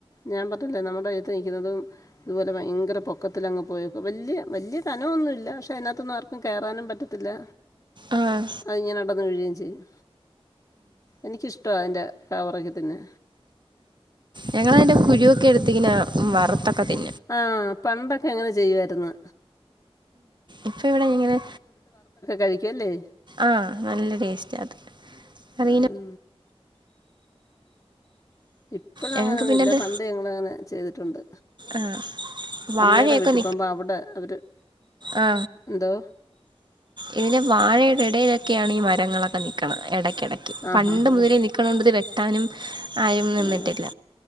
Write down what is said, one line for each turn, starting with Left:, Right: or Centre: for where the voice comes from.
Left: ഞാൻ പറഞ്ഞില്ലേ നമ്മുടെ അത്ത് നികുന്നതും അതുപോലെ ഭയങ്കര പൊക്കത്തിലങ്ങ് പോയേക്കും വല്യ വല്യ കനൊന്നുല്ല പക്ഷെ അതിനകത്തൊന്നും ആർക്കും കയറാനും പറ്റത്തില്ല
Right: ആഹ്
Left: അതിങ്ങെ അടന്ന് വീഴേം ചെയ്യും എനിക്കിഷ്ട്ട അതിന്റെ കവറക്കിതിന്ന്
Right: ഞങ്ങളതിന്റെ കുരൊക്കെ എടുത്തിങ്ങനാ വറുത്തൊക്കെ തിന്നും
Left: ആ പണ്ടൊക്കെ അങ്ങനെ ചെയ്യുവായിരുന്ന്.
Right: ഇപ്പ ഇവിടെ ഇങ്ങനെ
Left: കഴിക്കും അല്ലേ?
Right: ആ നല്ല ടേസ്റ്റത്. അറീല.
Left: ആ. ഇപ്പഴ്
Right: ഞങ്ങൾക്ക്
Left: അങ്ങനൊന്നുല്ല
Right: പിന്നത്
Left: പണ്ട് ഞങ്ങള് അങ്ങനെ ചെയ്തിട്ടുണ്ട്.
Right: ആഹ് വാഴയൊക്കെ
Left: അമ്മയുടെ വീട്ടി പോകുമ്പോ അവിടെ അവര്-
Right: ആ.
Left: എന്തോ
Right: ഇതിന്റെ വാഴയുടെ ഇടയിലൊക്കെയാണ് ഈ മരങ്ങളൊക്കെ നിക്കണെ ഇട കിടക്കി
Left: ആ
Right: പണ്ട്
Left: ഹാ ഹാ
Right: മുതലേ നിക്കണോണ്ടത് വെട്ടാനും ആരും നിന്നിട്ടില്ല.
Left: ആ